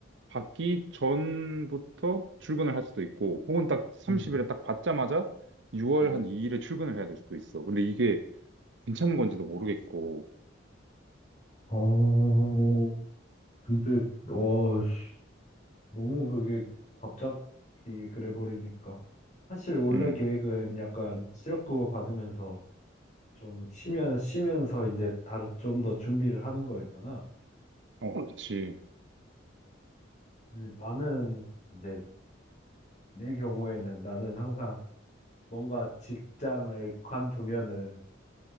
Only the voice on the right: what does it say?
받기 전부터 출근을 할 수도 있고 혹은 딱 30일에
딱 받자마자 6월
한 2일에 출근을 해야 될 수도 있어 근데 이게 괜찮은 건지도 모르겠고
음음어
그렇지